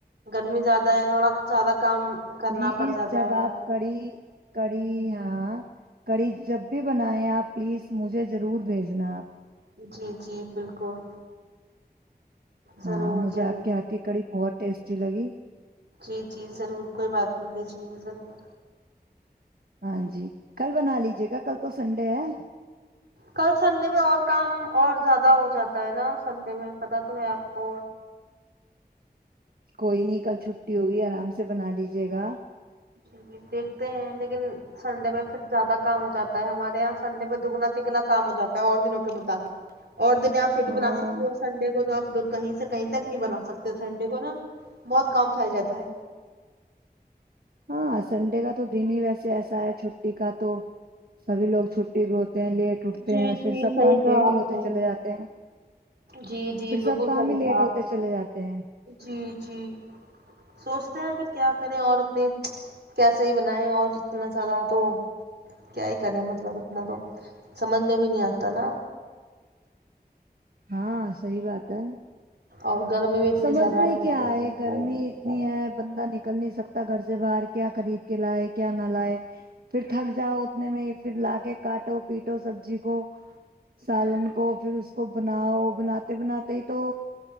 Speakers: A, on the right; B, on the right.
A: گرمی زیادہ ہے تھوڑا زیادہ کام کرنا
B: پلیز
A: پڑ جاتا
B: جب
A: ہے
B: آپ
A: نا
B: کری کری ہاں کڑی جب بھی بنائیں آپ پلیز مجھے ضرور بھیجنا آپ
A: جی جی بالکل ضرور
B: ہاں مجھے
A: ضرور
B: آپ کے ہات کی کڑی بہت ٹیسٹی لگی
A: جی جی ضرور کوئی بات نہیں بھیجیں گے ضرور
B: ہاں جی کل بنا لیجے گا کل تو سنڈے ہے
A: کل سنڈے میں اور کام اور زیادہ ہو جاتا ہے نا سنڈے میں پتاہ تو ہے آپ کو
B: کوئی نہیں کل چھٹی ہوگی آرام سے بنا لیجے گا
A: جی جی دیکھتے ہیں لیکن سنڈے میں پھر زیادہ کام ہو جاتا ہے ہمارے یہاں سنڈے میں دگنا تگنا کام ہو جاتا ہے اور دنوں کے مطابق اور دننے آپ پھر
B: ہاں
A: بھی بنا سکتے ہو سنڈے کو تو آپ کہیں سے کہیں تک نہیں بنا سکتے سنڈے کو نا بہت کام پھیل جاتا ہے
B: ہاں سنڈے کا تو دن ہی ویسے ایسا ہے چھٹی کا تو سبھی لوگ چھٹی بھی ہوتے ہیں لیٹ اٹھتے
A: جی
B: ہیں پھر
A: جی
B: سب
A: صحیح
B: کام
A: کہا
B: لیٹ
A: آپ
B: ہی ہوتے
A: نے
B: چلے جاتے ہیں
A: جی جی
B: پھر سب
A: بالکل
B: کام
A: صحیح
B: ہی لیٹ
A: تھا آپ
B: ہوتے چلے جاتے ہیں
A: جی جی سوچتے ہیں کہ کیا کریں اور اتنی کیسے ہی بنیں اور اتنا زیادہ تو کیا ہی کریں مطلب اتنا تو سمجھ میں بھی نہیں آتا نا
B: ہاں صی بات ہے
A: اور گرمی بھی اتنی
B: سمجھ
A: زیادہ
B: میں کیا ہے گرمی
A: ہی بنایا
B: اتنی
A: جائے
B: ہے بندہ نک کل نہیں سکتا گھر سے باہر کیا خرید کے لائے کیا نہ لائے پھر تھک جاؤ اتنے میں ہی پھر لا کے کاٹو پیٹو سبزی کو سالن کو پھر اس کو بناؤ بناتے بناتے ہی تو